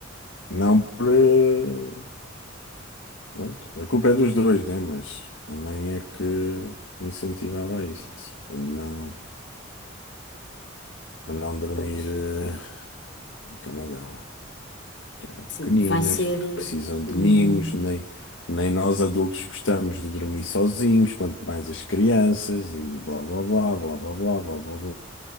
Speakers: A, on the left (about 75°); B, on the left (about 60°).
A: Não por. eh, pronto, A culpa é dos dois, né? Mas a mãe é que incentivava isso, a não, a não dormir
B: Pois,
A: eh, na cama dela. eram
B: sim,
A: pequeninas,
B: vai ser.
A: porque precisam de
B: hum,
A: mimos, nem, nem nós adultos gostamos de dormir sozinhos, quanto mais as crianças, e blá blá blá blá blá blá blá blá. blá.